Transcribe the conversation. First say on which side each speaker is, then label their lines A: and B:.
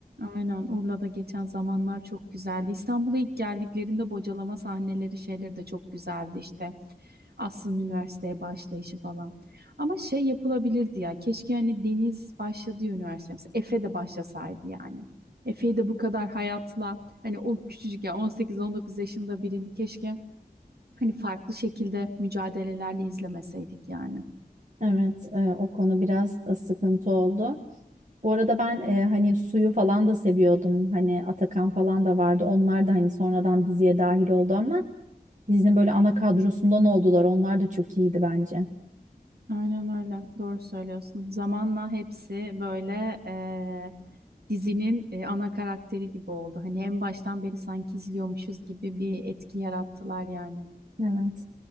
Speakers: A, on the right; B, on the right.
A: Aynen Urla'da geçen zamanlar çok güzeldi. İstanbul'a ilk geldiklerinde bocalama sahneleri şeyleri de çok güzeldi işte. Aslı'nın üniversiteye başlayışı falan. Ama şey yapılabilirdi ya. Keşke hani Deniz başladığı üniversite mesela Efe de başlasaydı yani. Efe'yi de bu kadar hayatla hani o küçücük ya on sekiz on dokuz yaşında birini keşke hani farklı şekilde mücadelelerle izlemeseydik yani.
B: Evet, e, o konu biraz e, sıkıntı oldu. Bu arada ben e, hani suyu falan da seviyordum. Hani Atakan falan da vardı. Onlar da hani sonradan diziye dahil oldu ama Dizinin böyle ana kadrosundan oldular. Onlar da çok iyiydi bence.
A: Aynen öyle. Doğru söylüyorsun. Zamanla hepsi böyle eee, dizinin eee, ana karakteri gibi oldu. Hani en baştan beri sanki izliyormuşuz gibi bir etki yarattılar yani.
B: Evet.